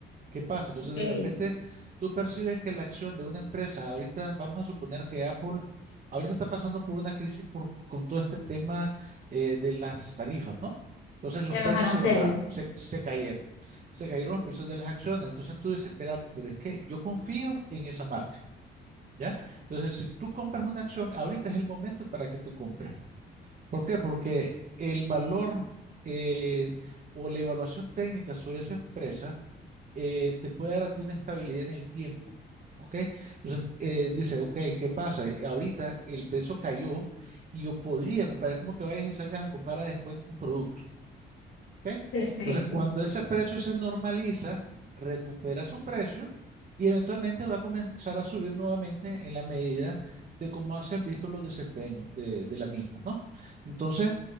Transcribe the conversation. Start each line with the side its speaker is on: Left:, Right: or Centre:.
Right: ¿Qué pasa? Entonces,
Left: Ok, de
Right: de repente, tú percibes que la acción de una empresa, ahorita vamos a suponer que Apple, ahorita está pasando por una crisis por, con todo este tema eh, de las tarifas, ¿no? Entonces, los
Left: los
Right: precios
Left: aranceles.
Right: se bajaron, se, se cayeron, se cayeron los precios de las acciones. Entonces, tú dices, espérate, pero es que yo confío en esa marca, ¿ya? Entonces, si tú compras una acción, ahorita es el momento para que tú compres. ¿Por qué? Porque el valor eh, o la evaluación técnica sobre esa empresa eh, te puede dar a ti una estabilidad en el tiempo. ¿Ok? Entonces, eh, dice, ok, ¿qué pasa? Eh, Ahorita el precio cayó y yo podría comprar. Es como que vayas y salgas a comprar a descuento un producto. ¿Ok?
Left: Perfecto.
Right: Entonces, cuando ese precio se normaliza, recupera su precio y eventualmente va a comenzar a subir nuevamente en la medida de cómo se han visto los desempeños de, de la misma, ¿no? Entonces,